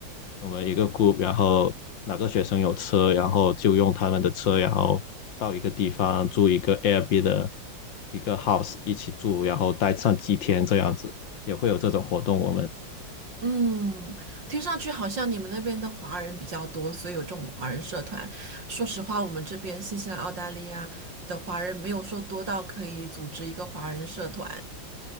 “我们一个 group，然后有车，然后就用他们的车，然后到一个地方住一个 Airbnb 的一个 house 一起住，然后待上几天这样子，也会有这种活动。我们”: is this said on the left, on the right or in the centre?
Left